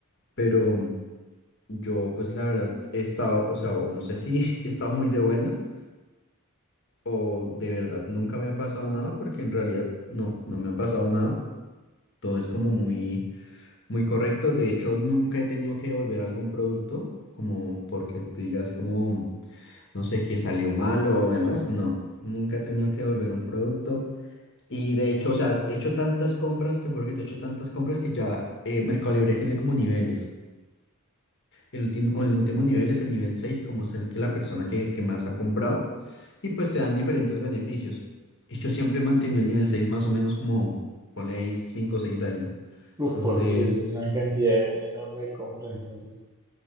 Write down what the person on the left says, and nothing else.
pero... Yo, pues la verdad, he estado, o sea, o no sé si, <laughs> si he estado muy de buenas o de verdad nunca me ha pasado nada, porque en realidad no, no me ha pasado nada. Todo es como muy, muy correcto. De hecho, nunca he tenido que devolver algún producto, como porque tú digas como, no sé, que salió mal o demás. No, nunca he tenido que devolver un producto. Y de hecho, o sea, he hecho tantas compras, te juro que te he hecho tantas compras que ya eh, Mercado Libre tiene como niveles. El último, el último nivel es el nivel 6 como es el que la persona que, que más ha comprado, y pues te dan diferentes beneficios. Y yo siempre he mantenido el nivel seis más o menos como, ponle ahí 5 o 6 años.
Entonces,